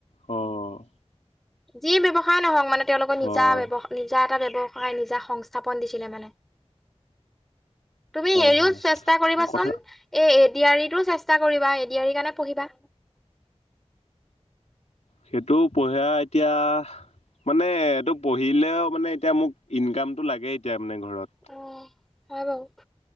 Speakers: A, on the left (about 75°); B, in the centre.
A: অ'
B: যি ব্যৱসায় নহওঁক মানে তেওঁলোকৰ নিজা
A: অ',
B: ব্যৱ নিজা এটা ব্যৱসায় নিজা সংস্থাপন দিছিলে মানে। তুমি
A: হয়,
B: হেৰিও
A: হয়।
B: চেষ্টা কৰিবাচোন,
A: কথা
B: এ এডিয়াৰতো চেষ্টা কৰিবা এডিয়াৰি কাৰণে পঢ়িবা।
A: সেইটো পঢ়ে এতিয়া মানে এইটো পঢ়িলেও মানে এতিয়া মোক ইনকামটো লাগেই এতিয়া মানে ঘৰত।
B: অ', হয় বাৰু।